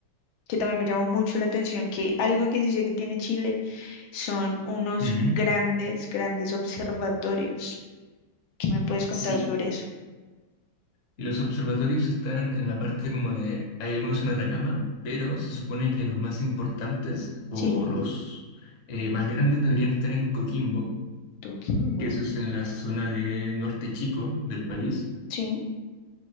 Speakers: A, on the left (about 80°); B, on the left (about 55°).
A: que también me llamó mucho la atención, que algo que sí sé que tiene Chile son unos
B: Ujú.
A: grandes, grandes observatorios. ¿Qué me puedes contar
B: Sí,
A: sobre eso?
B: Y los observatorios están en la parte como de, hay algunos en Atacama, pero se supone que los más importantes o
A: Sí,
B: los eh, más grandes deberían estar en Coquimbo,
A: Coquimbo.
B: que eso es en la zona de Norte Chico del país.
A: Sí,